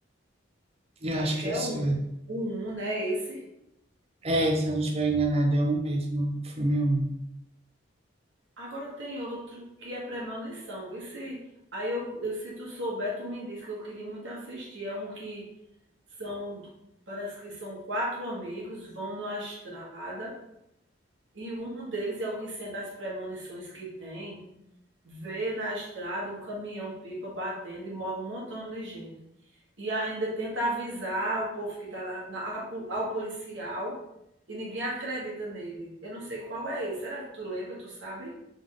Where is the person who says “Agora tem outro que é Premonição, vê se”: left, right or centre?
Right